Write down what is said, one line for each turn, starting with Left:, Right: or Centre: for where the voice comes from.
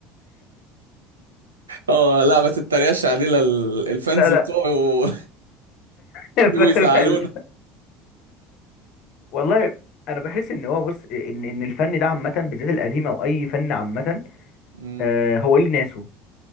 Right: اه لا ما تتريقش علينا ال- الفانز
Left: لا لا
Right: بتوعي و-
Left: <laughs>
Right: <laughs> يجوا
Left: فاهم؟
Right: يزعلونا
Left: لا. والله انا بحس ان هو بص ان ان الفن ده عامه بالذات القديم او اي فن عامه
Right: مم.
Left: آه، هو ليه ناسه